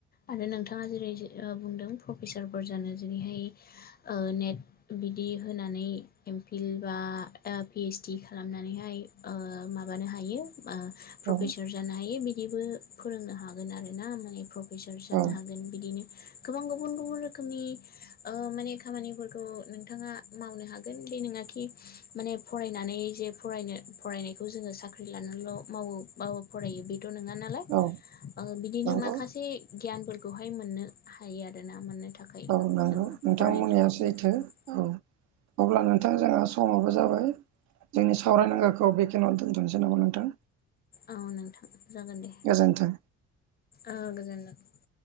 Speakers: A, on the left (about 30°); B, on the right (about 65°).
A: आरो नोंथाङा जेरै बुंदों प्रफेसारफोर जानो जेरैहाय ओ नेट बिदि होनानै एम फिल बा पिओसडि खालामनानैहाय ओ माबानो हायो ओ प्रफेसार
B: औ
A: जानो हायो बिदिबो फोरोंनो हागोन आरो ना माने सार जानो
B: औ
A: हागोन बिदिनो गोबां गुबुन गुबुन रोखोमनि माने खामानिफोरखौ नोंथाङा मावनो हागोन दे नोंङाखि माने फरायनानै जे फरायनो फरायनायखौ जोङो साख्रि लानानैल मावो ब फरायो बे नङा नालाय
B: औ
A: ओ बिदिनो
B: नंगौ
A: माखासे गियान खौहाय मोननो हायो आरोना मोननो थाखाय
B: औ नंगौ
A: जों
B: नोंथांमोननिया
A: फरायनो हायो
B: सैथो औ अब्ला नोंथां जोंहा समाबो जाबाय जोंनि सावरायनांगाखौ बेखेनावनो दोनथनोसै नामा नोंथां
A: औ नोंथां जागोन दे
B: गोजोन्थों
A: औ गोजोनथों